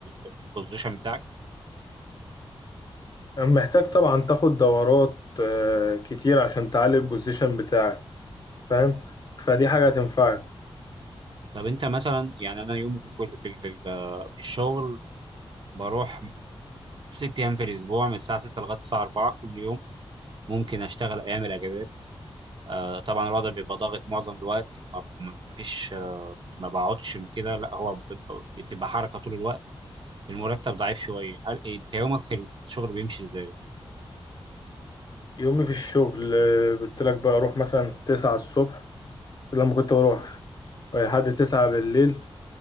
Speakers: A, on the right; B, on the left.
A: البوزيشن بتاعك
B: محتاج طبعا تاخد دورات آه، كتير عشان تعلي البوزيشن بتاعك فاهم فدي حاجه هتنفعك
A: طب انت مثلا يعني انا يومي في الكل في ال- في ال- في الشغل بروح ست ايام في الاسبوع من الساعه 6 لغايه الساعه 4 كل يوم ممكن اشتغل ايام الاجازات آه طبعا الوضع بيبقى ضاغط معظم الوقت ما ما- ما فيش آه، ما بقعدش من كده لا هو بت- بتبقى حركه طول الوقت المرتب ضعيف شويه هل إيه، انت يومك في ال- في الشغل بيمشي ازاي
B: يومي في الشغل آه، قلت لك بقى اروح مثلا تسعة الصبح لما كنت بروح آه، لحد تسعة بالليل